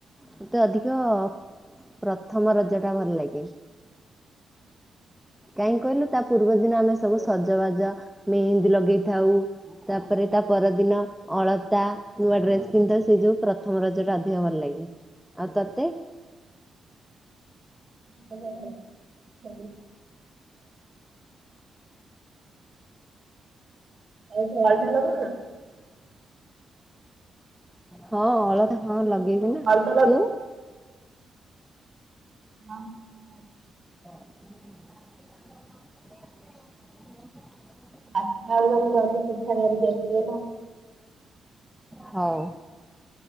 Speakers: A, in the centre; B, on the right (about 30°).
A: ମତେ ଅଧିକ ପ୍ରଥମ ରଜ ଟା ଭଲ ଲାଗେ। କାହିଁକି କହିଲୁ ତା ପୂର୍ବ ଦିନ ଆମେ ସବୁ ସଜବାଜା ମେହେନ୍ଦୀ ଲଗେଇଥାଉ। ତାପରେ ତା ପରଦିନ ଅଳତା ନୂଆ ଡ୍ରେସ୍ ପିନ୍ଧ ସେ ଯୋଉ ପ୍ରଥମ ରଜ ଟା ଅଧିକ ଭଲ ଲାଗେ, ଆଉ ତତେ?
B: <unintelligible> ଆତୁ ଅଳତା ଲଗେଇବନା।
A: ହଁ ଅଳତା ହଁ ଲଗେଇବି। ନା
B: ଭଲ ତ ଲା
A: ତୁ
B: <unintelligible>
A: <unintelligible>
B: <unintelligible> ଆମେ ଗଲୁ ପିଠା ଧରିକି ଆସିବୁ ହେଲା।
A: ହଉ,